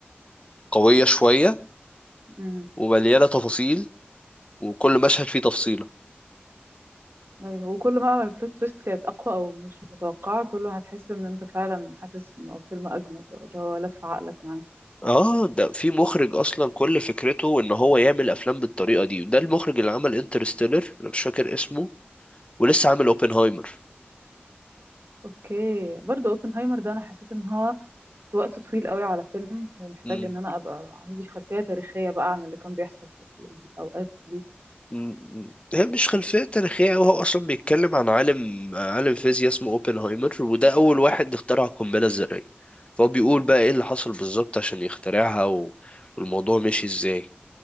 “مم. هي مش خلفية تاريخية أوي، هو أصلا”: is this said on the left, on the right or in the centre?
Left